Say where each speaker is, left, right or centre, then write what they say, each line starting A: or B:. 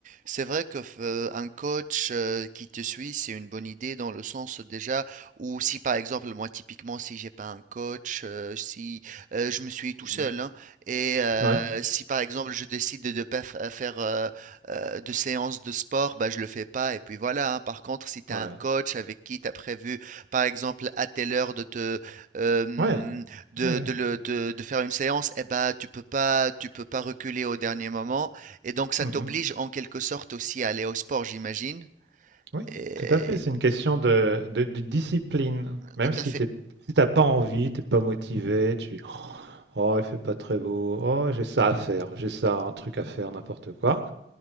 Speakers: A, on the right (about 45°); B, on the right (about 75°).
A: c'est vrai que euh, un coach euh, qui te suit, c'est une bonne idée dans le sens déjà où si par exemple moi typiquement si j'ai pas un coach, euh, si euh, je me suis tout
B: Mhm.
A: seul hein, et euh,
B: Ouais.
A: si par exemple je décide de ne pas fa- faire euh, euh, de séance de sport, bah je le fais pas et puis voilà. hein. Par contre, si tu
B: Ouais.
A: as un coach avec qui tu as prévu par exemple à telle heure de te euh,
B: Ouais.
A: de,
B: Ouais, ouais.
A: de, le- de- de faire une séance, eh ben, tu peux pas, tu peux pas reculer au dernier moment. Et donc, ça
B: Mhm.
A: t'oblige en quelque sorte aussi à aller au sport, j'imagine.
B: Oui,
A: Et
B: tout à fait. C'est une question de, de- de discipline. Même
A: tout
B: si
A: à fait.
B: t'es, si t'as pas envie, t'es pas motivé, tu, oh, il fait pas très beau, oh, j'ai ça à faire, j'ai ça, un truc à faire, n'importe quoi.